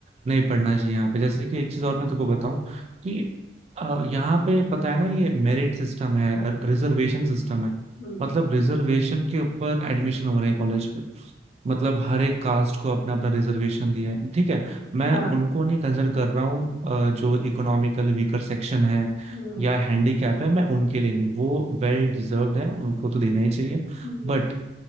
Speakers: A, on the right (about 35°); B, on the left (about 70°).
A: नहीं पढ़ना चाहिए यहाँ पे जैसे कि एक चीज और मैं तुमको बताऊं कि अ, यहाँ पे पता है ना ये मेरिट सिस्टम है रिजर्वेशन सिस्टम है
B: हम्म
A: मतलब रिजर्वेशन के ऊपर एडमिशन हो रहे हैं कॉलेज मतलब हर एक कास्ट को अपना अपना रिजर्वेशन दिया है ठीक है मैं
B: हाँ
A: उनको नहीं कंसिडर कर रहा हूँ अ, जो इकोनॉमिकल वीकर सेक्शन है
B: हम्म
A: या हैंडीकैप है मैं उनके लिए नहीं वो वेल डिजर्व्ड है उनको तो देना ही चाहिए
B: हम्म
A: बट